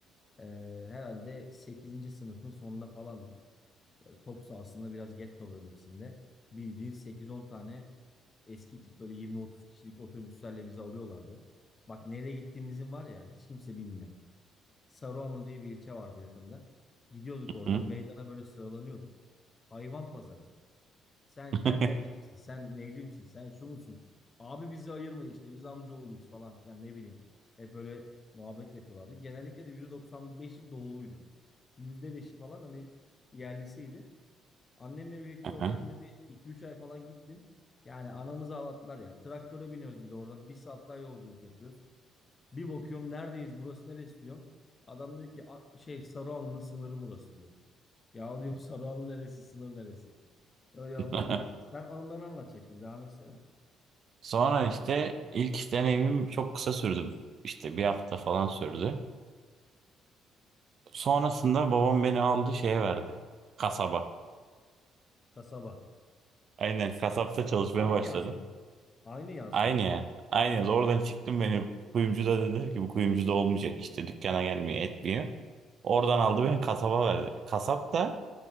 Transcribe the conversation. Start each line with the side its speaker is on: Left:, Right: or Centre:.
Left: E, herhalde sekizinci sınıfın sonunda falandık. Böyle top sahasında biraz getto bölgesinde. Bildiğin sekiz on tane eski tip böyle yirmi otuz kişilik otobüslerle bizi alıyorlardı. Bak nereye gittiğimizin var ya hiç kimse bilmiyor. Saruhanlı diye bir ilçe vardı yakında. Gidiyorduk oradan
Right: Hı.
Left: meydana böyle sıralanıyorduk. Hayvan pazarı. Sen
Right: <laughs>
Left: kertelci misin? Sen neyci misin? Sen şu musun? Abi bizi ayırma işte. Biz amcaoğluyuz falan filan ne bileyim. Hep öyle muhabbet yapıyorlardı. Genellikle de %95'i doğuluydu. yüzde beşi falan hani yerlisiydi. Annemle birlikte
Right: Hı
Left: o
Right: hı.
Left: dönemde bir iki üç ay falan gittim. Yani anamızı ağlattılar ya. Traktöre biniyoruz bir de oradan. Bir saat daha yolculuk yapıyoruz. Bir bakıyorum neredeyiz? Burası neresi diyorum. Adam diyor ki "A- şey Sarıhanlı'nın sınırı burası diyor. Ya diyorum Sarıhanlı neresi sınır neresi? Öyle
Right: <laughs>
Left: anılarım vardı. Sen anılarını anlatacaktın. Devam etsene.
Right: Sonra işte ilk iş deneyimim çok kısa sürdü. İşte bir hafta falan sürdü. Sonrasında babam beni aldı şeye verdi. Kasaba.
Left: Kasaba.
Right: Aynen kasapta çalışmaya
Left: Aynı
Right: başladım.
Left: yazma. Aynı yazma.
Right: Aynı ya. Aynı ya. Oradan çıktım beni kuyumcu da dediler ki bu kuyumcu da olmayacak işte dükkana gelmiyor etmiyor. Oradan aldı beni kasaba verdi. Kasap da